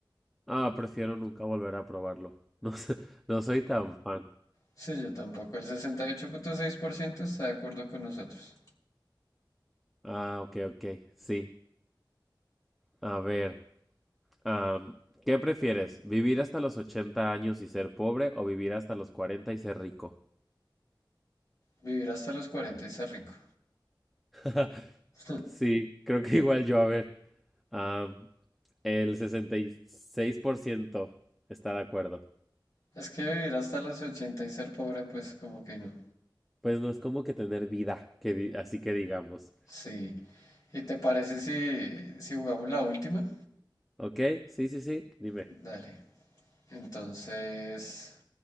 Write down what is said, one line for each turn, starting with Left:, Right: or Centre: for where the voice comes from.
Centre: Ah, prefiero nunca volver a probarlo. <laughs> No, sé- no soy tan fan.
Left: sí, yo tampoco. El sesenta y ocho punto seis por ciento está de acuerdo con nosotros.
Centre: Ah, ok, ok, sí. A ver, am, ¿qué prefieres? ¿Vivir hasta los 80 años y ser pobre o vivir hasta los 40 y ser rico?
Left: Vivir hasta los 40 y ser rico.
Centre: <laughs>
Left: <laughs>
Centre: Sí, creo que igual yo, a ver. am, el 66% está de acuerdo.
Left: es que vivir hasta los 80 y ser pobre, pues como que no.
Centre: Pues no es como que tener vida, que di- así que digamos.
Left: Sí. ¿Y te parece si, si jugamos la última?
Centre: Ok, sí, sí, sí, dime.
Left: Dale. Entonces,